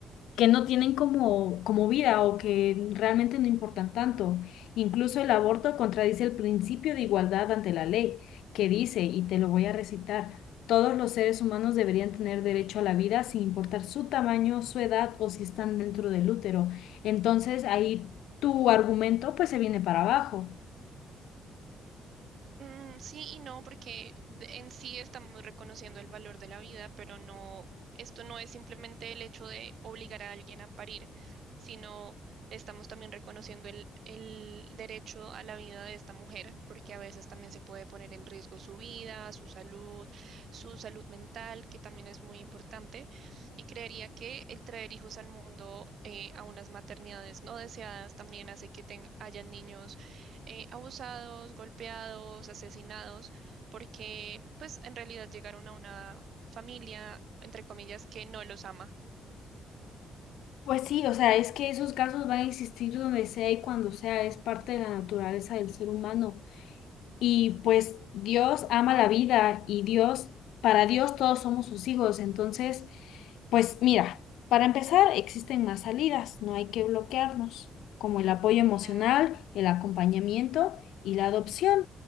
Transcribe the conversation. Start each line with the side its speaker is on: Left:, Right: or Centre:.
Left: que no tienen como, como vida o que realmente no importan tanto. Incluso el aborto contradice el principio de igualdad ante la ley, que dice, y te lo voy a recitar, todos los seres humanos deberían tener derecho a la vida sin importar su tamaño, su edad o si están dentro del útero. Entonces ahí tu argumento pues se viene para abajo.
Right: Mm, sí y no, porque de- en sí estamos reconociendo el valor de la vida, pero no, esto no es simplemente el hecho de obligar a alguien a parir, sino estamos también reconociendo el, el derecho a la vida de esta mujer, porque a veces también se puede poner en riesgo su vida, su salud, su salud mental, que también es muy importante. Y creería que el traer hijos al mundo eh, a unas maternidades no deseadas también hace que tengan hayan niños eh, abusados, golpeados, asesinados, porque pues en realidad llegaron a una familia, entre comillas, que no los ama.
Left: Pues sí, o sea, es que esos casos van a existir donde sea y cuando sea, es parte de la naturaleza del ser humano. Y pues Dios ama la vida y Dios, para Dios todos somos sus hijos. Entonces, pues mira, para empezar, existen más salidas, no hay que bloquearnos, como el apoyo emocional,
Right: Ajá,
Left: el acompañamiento y la adopción.